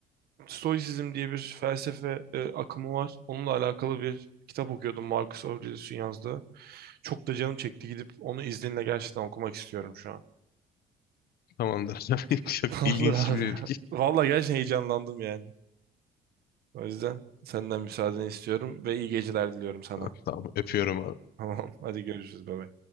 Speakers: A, on the right; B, on the left.
A: Stoisizm diye bir felsefe e, akımı var. Onunla alakalı bir kitap okuyordum Marcus Aurelius'un yazdığı. Çok da canım çekti gidip onu izninle gerçekten okumak istiyorum şu an.
B: Tamamdır. <laughs> Çok
A: <laughs> Tamamdır
B: ilginç
A: abi.
B: bir
A: Vallahi gerçekten heyecanlandım yani. O yüzden senden müsaadeni istiyorum ve iyi geceler diliyorum sana.
B: <laughs> Tamam öpüyorum abi.
A: <laughs> Tamam hadi görüşürüz baba.